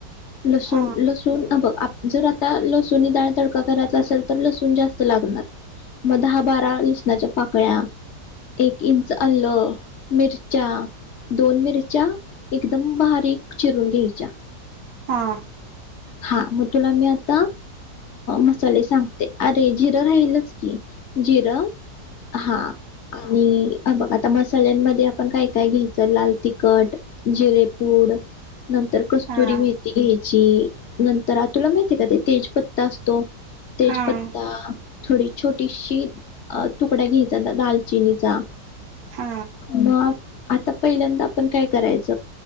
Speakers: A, on the left (about 45°); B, on the right (about 60°).
A: लसूण
B: हा
A: लसुण अ बघ जरा आता लसुनि डाळ तडका करायचा असेल तर लसून पण जात्स लागणार म दहा बारा लसणाच्या पाकळ्या एफ इंच आल मिरच्या दोन मिरच्या अगदी बारीक चिरून घेयच्या
B: हा
A: हा म तुलामि आत्ता मसाले सांगते अरे जिर राहीलच की जिरं हा आणि हे बघ मसाल्यांमध्ये आपण काय काय घेयच लाल तिखट जिरे फुड नंतर कत्सुरी
B: हा
A: मेथी घेयची चि नंतर तुला माहीतीये का तो तेज पत्ता असतो तेजपत्ता
B: हा
A: थोडी छोटीशी तुकडा घेयचा दालचिनिचा
B: हा
A: मग आता पहील्यांदा आपण काय करायच